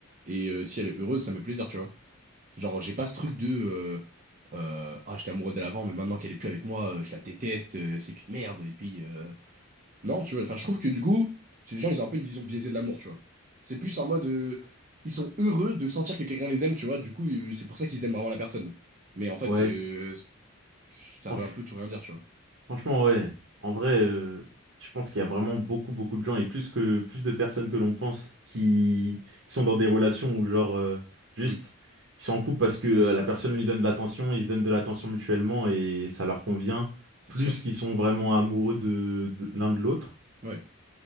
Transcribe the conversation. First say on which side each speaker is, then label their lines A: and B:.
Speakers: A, on the right; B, on the right.
A: Et euh, si elle est heureuse, ça me fait plaisir, tu vois. Genre, j'ai pas ce truc de, euh, euh, ah, j'étais amoureux d'elle avant, mais maintenant qu'elle est plus avec moi, euh, je la déteste, euh, c'est qu'une merde. Et puis, euh, non, tu vois, enfin, je trouve que du coup, ces gens, ils ont un peu une vision biaisée de l'amour, tu vois. C'est plus en mode, euh, ils sont heureux de sentir que quelqu'un les aime, tu vois. Du coup, euh, c'est pour ça qu'ils aiment vraiment la personne. Mais en fait,
B: Ouais,
A: euh, ça
B: franchement.
A: veut un peu tout rien dire, tu vois.
B: Franchement, ouais. En vrai, euh, je pense qu'il y a vraiment beaucoup, beaucoup de gens et plus que plus de personnes que l'on pense qui, qui sont dans des relations où genre euh, juste
A: Oui,
B: ils sont en couple parce que euh, la personne lui donne de l'attention, ils se donnent de l'attention mutuellement et ça leur convient,
A: c'est
B: plus
A: sûr.
B: qu'ils sont vraiment amoureux de, de l'un de l'autre.
A: Ouais,